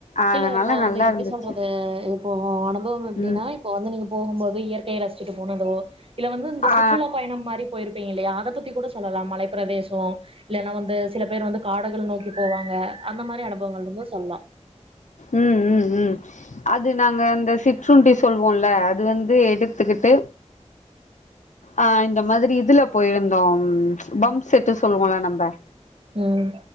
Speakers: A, on the left (about 85°); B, on the right (about 50°).
A: அதனால
B: இல்ல இப்போ வந்து
A: நல்லா
B: எப்படி
A: இருந்துச்சு
B: சொல்றது இப்போ அனுபவம் எப்படின்னா
A: ம்
B: இப்போ வந்து நீங்க போகும்போது இயற் கை அ ரசிச்சுிட்டு போனதோ இல்ல வந்து இந்த
A: ஆ
B: சுற்றுலா பயணம் மாரி போயிருப்பீங்க இல்லையா அதாவ பத்தி கூட சொல்லலா மலை பிரதேசம் இல்லனா வந்து சில பேர் வந்து காடகள் நோக்கி போவாங்க அந்த மாதிர அனுபவங்கள்லும் ஓ சொல்லா
A: உம் உம் உம் அது நாங்க அந்த சிற்றுண்டி சொல்லுவோம்ல அது வந்து எடுத்துக்கிட்டு ஆஹ் இந்த மாதிரி இதுல போயிருந்த தோம் பம் செட்டு சொல்லுவோங்கள நம்ம
B: ம்